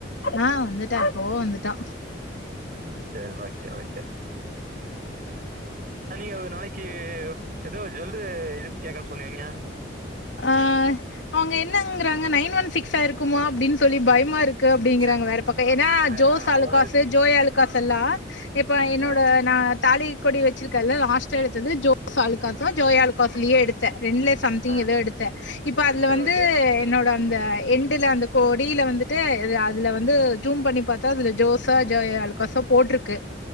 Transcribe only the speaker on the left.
ஆ வந்துட்டா எப்போவோ வந்துட்டா
ஆ அவங்க என்னங்கறாங்க நைன் ஒன் சிக்ஸா இருக்குமா அப்படின்னு சொல்லி பயமா இருக் கு அப்படிங்கறாங்க
வேற பக்கோ ஏன்னா
ஜோஸ் ஆழுகாசு
ஜோய் ஆழு காசல்லா இப்ப என்னோட
நா தாலி கொடி வச்சிருக்கல லாஸ்ட்டா எடுத்தது ஜோஸ் அழுக்காசு ஜோய் அழுக்கா ஸ்லியே எடுத்தேன் ரெண்டுல சம் திங்
ஏதோ எடுத்தேன் இப்ப அதுல
வந்து
என்னோட அந்த என் டுல அந்த கொடியில வந்துட்டு அதுல வந்து ஜூம் பண்ணி பார்த்தா அதுல ஜோசா ஜோய் அழுக்காசோ போட்டிருக்கு